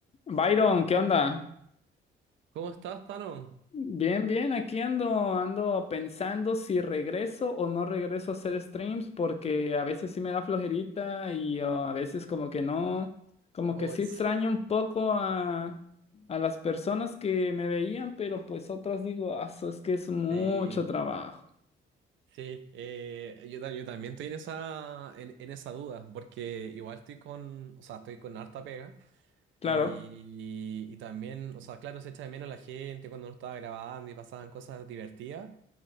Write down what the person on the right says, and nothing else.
¿Cómo estás, Tano?
Oh,
s-
sí,
sí. eh, yo, ta- yo también estoy en esa, en, en esa duda, porque igual estoy con, o sea, estoy con harta pega
y, y también, o sea, claro, se echa de menos la gente cuando no estaba grabando y pasaban cosas divertidas,